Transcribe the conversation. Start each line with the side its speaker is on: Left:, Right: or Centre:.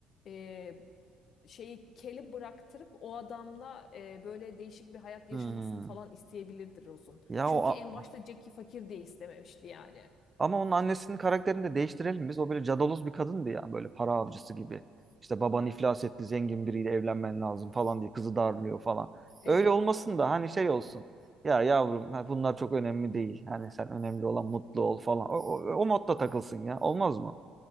Left: e, şeyi Kel'i bıraktırıp o adamla e, böyle değişik bir hayat yaşamasını
Right: Hmm.
Left: falan isteyebilirdi Rose'un.
Right: Ya
Left: Çünkü
Right: o
Left: en
Right: a-
Left: başta Jack'i fakir diye istememişti yani.
Right: Ama onun annesinin karakterini de değiştirelim biz. O böyle cadaloz bir kadındı ya böyle para avcısı gibi. İşte baban iflas etti zengin biriyle evlenmen lazım falan diye kızı darlıyor falan.
Left: Evet.
Right: Öyle olmasın da hani şey olsun. Ya yavrum ha bunlar çok önemli değil. Hani sen önemli olan mutlu ol falan. O, o, o modda takılsın ya. Olmaz mı?